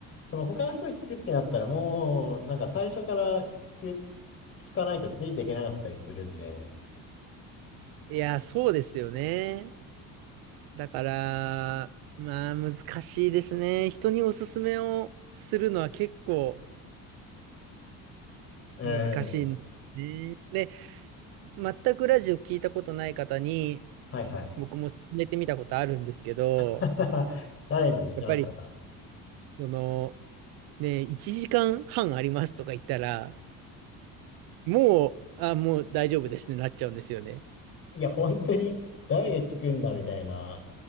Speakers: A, on the left; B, on the right.
A: その他の人に聞くってなったらもう、なんか最初から聞く、聞かないとついていけなかったりするんで、
B: いや、そうですよね。だから、まあ難しいですね。人におすすめをするのは結構
A: うん、
B: 難しいんですね。で、全くラジオ聞いたことない方に、
A: はいはい。
B: 僕も進めてみたことあるんですけど、
A: <laughs> チャレンジしてましたか
B: やっぱり、その、ね、1時間半ありますとか言ったら、もう、あ、もう大丈夫ですね、なっちゃうんですよね。
A: いや、本当に誰が聞くんだみたいな